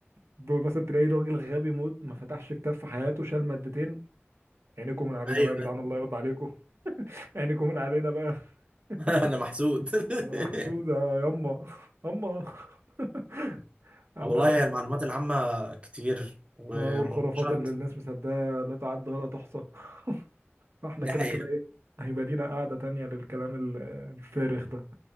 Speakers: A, on the right (about 75°); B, on the right (about 25°).
A: دول مثلا تلاقي راجل غبي موت ما فتحش كتاب في حياته شال مادتين عينيكم من علينا
B: ايوه
A: بقى يا جدعان
B: أيوة.
A: الله يرضى عليكم <laughs> عينيكم من علينا بقى <laughs>
B: <laughs> انا محسود
A: انا
B: <laughs>
A: محسود يا يما يما <laughs> عامة
B: والله هي المعلومات العامه كتير ومناقشات
A: والخرافات اللي الناس مصدقاها لا تعد ولا تحصى <laughs> فاحنا
B: دي
A: كده
B: حقيقه
A: كده ايه هيبقى لينا قعدة تانية للكلام ال- الفارغ ده